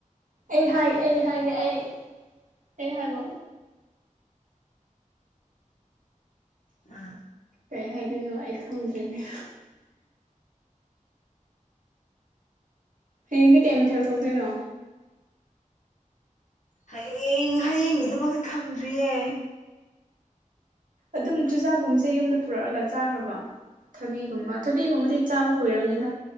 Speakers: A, on the right; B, on the left.
A: ꯑꯩ ꯍꯥꯏ ꯑꯩ ꯍꯥꯏꯒꯦ ꯑꯩ ꯑꯩ ꯍꯥꯏꯕ
B: ꯑꯥ
A: ꯀꯩ ꯍꯥꯏꯗꯣꯏꯅꯣ ꯑꯩ ꯈꯪꯗ꯭ꯔꯦꯅꯦ ꯍꯌꯦꯡꯗꯤ ꯀꯩ ꯃꯊꯦꯜ ꯊꯣꯡꯗꯣꯏꯅꯣ
B: ꯍꯌꯦꯡ ꯍꯌꯦꯡꯒꯤꯗꯃꯛꯇꯤ ꯈꯪꯗ꯭ꯔꯤꯌꯦ
A: ꯑꯗꯨꯝ ꯆꯨꯖꯥꯛꯀꯨꯝꯕꯁꯦ ꯌꯨꯝꯗ ꯄꯨꯔꯛꯑꯒ ꯆꯥꯈ꯭ꯔꯕ ꯊꯕꯤꯒꯨꯝꯕ ꯊꯕꯤꯒꯨꯝꯕꯗꯤ ꯆꯥꯕ ꯀꯨꯏꯔꯝꯅꯤꯗ